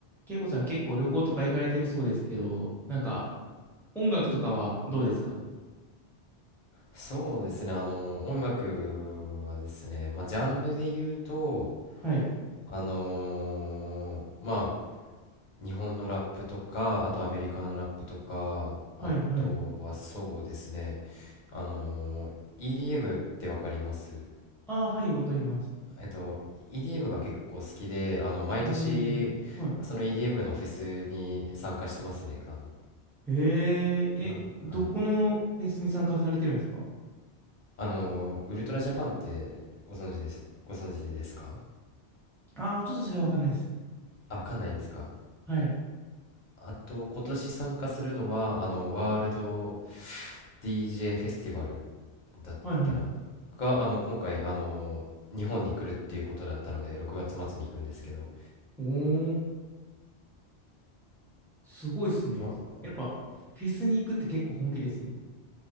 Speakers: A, in the centre; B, on the left.
A: 慶吾さん結構旅行とか行かれてるそうですけど、なんか音楽とかはどうですか
B: そうですね、あの、音楽はですね、まあ、ジャンルで言うと、
A: はい。
B: あのーまあ、日本のラップとか、あとアメリカのラップとか、
A: はい、
B: あとはそうですね、
A: はい。
B: あのー EDM ってわかります
A: ああ、はい、わかります。
B: えっと、EDM が結構好きで、あの、毎年、
A: うん。は
B: その EDM のフェスに参加してますね、あの、
A: い。へえー、
B: あ、
A: え、どこのフェスに参加されてるんですか
B: はい。あのーウルトラジャパンってご存知です、ご存知ですか
A: ああー、ちょっとそれはわかんないです。
B: あ、わかんないですか
A: はい。
B: あと、今年参加するのは、あの、ワールド DJ フェスティバルだっけな、
A: はい、はい。
B: が、あの、今回、あの、日本に来るっていうことだったので、6月末に行くんですけど、
A: おー、すごいですね。
B: あ
A: やっぱ、フェスに行くって結構本気ですね。